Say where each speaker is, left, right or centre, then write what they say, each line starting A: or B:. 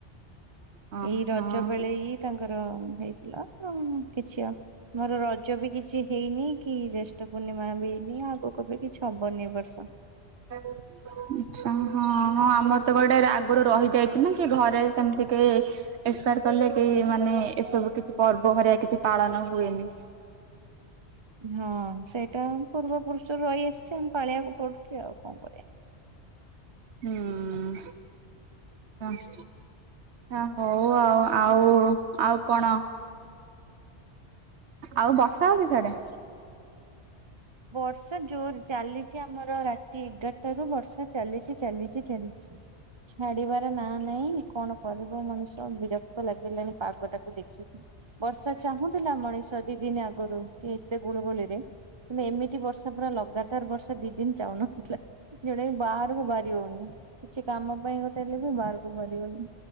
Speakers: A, on the right; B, on the right.
A: ଓହୋ
B: ଏଇ ରଜ
A: ଆଚ୍ଛା
B: ବେଳେ ଇ ତାଙ୍କର ହେଇଥିଲା। ଓ କିଛି ଅ ମୋର ରଜ ବି କିଛି ହେଇନି କି ଜେଷ୍ଠ ପୂର୍ଣ୍ଣିମା ବି ହେଇନି ଆଗୁକୁ ବି କିଛି ହବନି ଏବର୍ଷ।
A: ଉଁଚ୍ଛା। ହଁ ହଁ ଆମର ତ ଗୋଟେ ରା ଆଗରୁ ରହିଯାଇଛି ନାଁ କି ଘରେ ସେମିତି କେହି ଏକ୍ସପାୟାର କଲେ କେହି ମାନେ ଏସବୁ କିଛି ପର୍ବ ହରିଆ କିଛି ପାଳନ ହୁଏନି।
B: ହଁ ସେଇଟା ପୂର୍ବ ପୁରୁଷରୁ ରହିଆସିଚି ଆମ ପାଳେଇଆକୁ ପଡୁଚି ଆଉ କଣ କରିବା।
A: ହୁଁ ଆଚ୍ଛା। ହଉ ଆଉ ଆଉ ଆଉ କଣ? ଆଉ ବର୍ଷା ହଉଚି ସେଆଡେ?
B: ବର୍ଷା ଜୋର ଚାଲିଚି ଆମର ରାତି ଏଗାରଟ ରୁ ବର୍ଷା ଚାଲିଚି ଚାଲିଚି। ଚି ଚାଲିଚି। ଛାଡିବାର ନା ନାଇଁ କଣ କରିବ ମଣିଷ ବିରକ୍ତ ଲାଗିଲାଣି ପାଗ ଟାକୁ ଦେଖିକି। ବର୍ଷା ଚାହୁଁଥିଲା ମଣିଷ ଦି ଦିନ ଆଗରୁ କି ଏତେ ଗୁଳୁଗୁଳିରେ। ମାନେ ଏମିତି ବର୍ଷା ପୁରା ଲଗାତାର ବର୍ଷା ଦି ଦିନ ଚାହୁନଥିଲା ଯେଉଟାକ ବାହାରକୁ ବାହାରି ହଉନି। କିଛି କାମ ପାଇଁ ଗୋଟେ ହେଲେ ବି ବାହାରକୁ ବାହାରି ହଉନି।